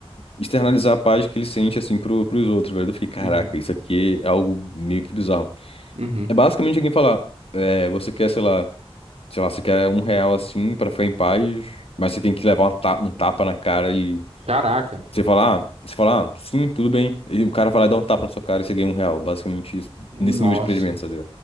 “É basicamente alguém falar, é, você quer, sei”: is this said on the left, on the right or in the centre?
Left